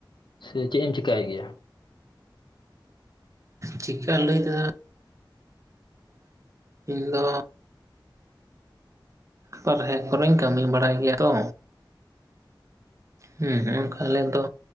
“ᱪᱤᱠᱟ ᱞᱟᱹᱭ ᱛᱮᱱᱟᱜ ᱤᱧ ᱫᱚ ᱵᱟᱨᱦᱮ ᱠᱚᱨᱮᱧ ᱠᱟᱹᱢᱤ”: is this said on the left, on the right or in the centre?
Right